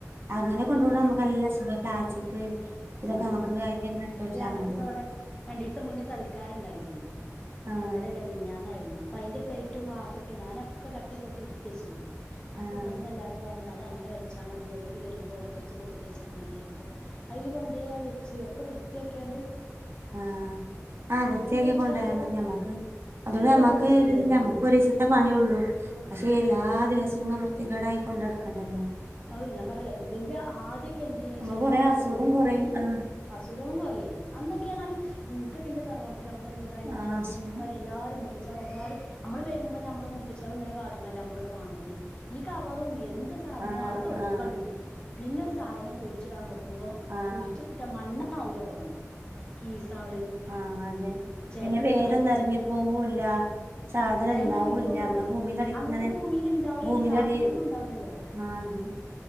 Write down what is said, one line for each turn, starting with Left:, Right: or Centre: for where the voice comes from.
Right: അങ്ങനെ കൊണ്ടോണത്
Left: എല്ലാം
Right: നമ്മക്ക് ന്നല്ലസുഖ പ്ലാസ്റ്റിക്. ഇതൊക്കെ
Left: ആഹ്
Right: നമുക്ക് കൈകെനെ ഇട്ടെച്ചാ
Left: ഞങ്ങക്കൊക്കെ
Right: മതി.
Left: ഇവിടെ രണ്ടീസം മുനെ സൽക്കാരണ്ടായിരുന്നു ഇപ്പിന്നലല്ല
Right: ആഹ്
Left: മിഞ്ഞാന്നായിരുന്നു അ - ഐന്റെ പ്ലെയ്റ്റും ഗ്ലാസ്സൊക്കെ ഞാനൊക്കെ തട്ടിക്കൊട്ടി ഇട്ത്തെച്ചീനി അപ്പ
Right: ആഹ്
Left: ഇപട്ന്നെല്ലാരും പറ- ഞ് അത് അങ്ങനെ വെച്ചാ മതി അവല് വെരുമ്പോ ഓലെട്ത്ത് കൊടുത്തയച്ചാ മതിപറഞ്ഞപ്പോ അവല് കൊണ്ടോവാൻ പറ്റ്- ച്ചോ ഒക്കെ വൃത്തിയാക്കിയാണ്ട്.
Right: ആഹ ആഹ വൃത്തിയാക്കി
Left: കൊണ്ടോയിച്ചാ
Right: കൊണ്ടായാ
Left: അതുപോലെന്നെ
Right: മതി ഞമ്മക്ക്. അത്പ്പ ഞമ്മക്ക്
Left: ഓല് കൊണ്ടോയി
Right: ഒരിതില്ല
Left: പറയാണ്
Right: ഞമ്മക്ക് ഒരിസത്തെ പണിയൊള്ളൂ
Left: ആഹ്
Right: പഷെ എല്ലാ ദിവസം അവർ- ചികടായ് കൊണ്ടടക്കണ്ടല്ലോ?
Left: അയ് ഞാൻ പറയാ അല്ലെങ്കെ ആദ്യക്കെ എന്തേനെച്ചാല്
Right: നമുക്ക് കൊറേ
Left: നമ്മളെ
Right: അസുഖം
Left: തൊടുകുളും.
Right: കൊറയും അതുകൊണ്ട്
Left: അസുഖങ്ങളും കൊറയെയ് അന്നൊക്കെയാർണാല് ഇൻകെക്കെ ന്റെ തറവാട്ട്- ല്ലാ അവടെ വീടായിര്ന്ന്
Right: ആഹ്
Left: റബ്ബേ
Right: അസുഖം
Left: ഞാം പറയാ എല്ലാരും മൂ ഷാഅല്ലാഹ് എല്ലാരും നമ്മള് വരുമ്പോ നമ്മള് മൂത്തചിയാള് ഇങ്ങനെ കാട്ട്ണല്ലേ നമ്മള് കാൻണത്. ഈ കവറും എന്ത് സാധനോ
Right: ആഹ്
Left: അത് തൊടൂക്കണ്ട്ടും
Right: ആഹ്
Left: പിന്നെ ഒരു സാധനം കുഴിച്ച്ടാൻ നോക്കുമ്പോ
Right: ആഹ്
Left: കുഴിച്ചിട്ട മണ്ണ് ണ്ണാവൂലാ തോനെ കീസാള്
Right: ആഹ് അതെ,
Left: ചിരട്ട
Right: പിന്നെ വേരോന്നും എറങ്ങിപ്പോവൂല്ലാ. സാധനം
Left: വേഗം
Right: ഉണ്ടാവൂല്ലാ
Left: ഇറങ്ങി പോവൂലേ
Right: മ്മളെ ഭൂമിന്റെ അടീക്ക്
Left: അന്നത്തെ
Right: ങ്ങനെ
Left: ഭൂമിയിൽ ഉണ്ടാവൂലേനി
Right: ഭൂമിന്റെ
Left: സാധനൊന്നും
Right: അടീ
Left: ഉണ്ടാവൂലല്ലോ
Right: ആഹ് ണ്ട്.